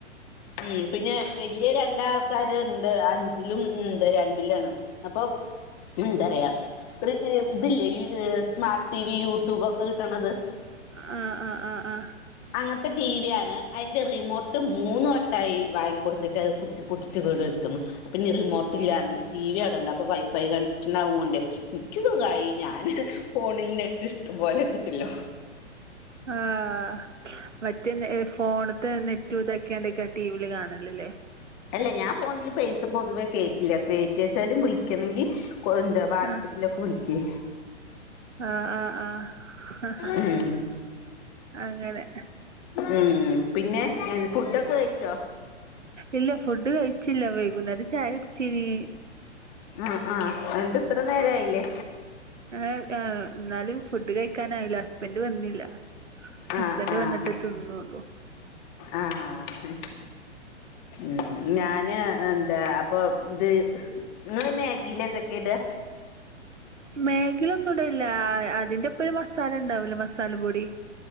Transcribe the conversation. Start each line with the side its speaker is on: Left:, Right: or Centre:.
Left: ഉം പിന്നെ വല്യ രണ്ടാ ക്കാര്ണ്ട് അഞ്ചിലും ഉണ്ട് രണ്ടിലാണ് അപ്പൊ എന്തറയാ ഇതില്ലേ ഇ സ്മാർട്ട് ടിവി യൂട്യൂബ് ഒക്കെ കിട്ടണത്
Right: ആ ആ ആ ആ
Left: അങ്ങൻത്തെ ടി വി ആണ് അയ്ന്റെ റിമോട്ട് മൂന്ന് വ ട്ടായി വാങ്ങിക്കൊടുത്തിട്ട് അത് കുത്തിപ്പൊട്ടിച്ച് കേടര്ത്തും അപ്പൊനി റിമോട്ടില്ല ന്നട്ട് ടി വി അവ്ടണ്ട്‌ അപ്പൊ വൈഫൈ കണക്ഷൻ ആവോണ്ടേ ഇക്ക് തോന്നും അയ് ഞാന് ഫോണിൽ നെറ്റ് ഇഷ്ടം പോലെ കിട്ടല്ലോ
Right: ആഹ് മറ്റേ ഫോണ്ത്തെ നെറ്റ് ഇതാക്കിയാണ്ടേക്കാരം ടി വിൽ കാണല്ല്ലേ?
Left: അല്ല ഞാൻ ഫോണില് പെയ്സ പൊതുവേ കേറ്റില്ല കേറ്റിവെച്ചാലും വിളിക്കണെങ്കി എന്താ വാട്സപ്പിലൊക്കെ
Right: ആഹ്
Left: വിളിക്കു
Right: ആഹ് ആഹ് ആഹ്
Left: ഉം
Right: അങ്ങനെ
Left: ഉം പിന്നെ ഫുഡൊക്കെ കഴിച്ചോ?
Right: ഇല്ല ഫുഡ് കഴിച്ചില്ല വൈകുന്നേരം ചായുട്ച്ചീനീ
Left: ആ ആഹ് അതെന്താത്ര നേരായില്ലേ
Right: ഏ എന്നാലും ഫുഡ് കഴിക്കാനായില്ല ഹസ്ബന്റ് വന്നില്ല. ഹസ്ബന്റ്
Left: ആഹ് ആഹ്
Right: വന്നിട്ടെ തിന്നൊള്ളു.
Left: ആഹ് ഉം ഞാന് എന്താ അപ്പൊ ഇത് നിങ്ങള് മാഗിയിലെന്തൊക്കേടാ?
Right: മേഗീലൊന്നുടലില്ല അതിന്റൊപ്പൊരു മസാല ണ്ടാവൂലേ മസാല പൊടി.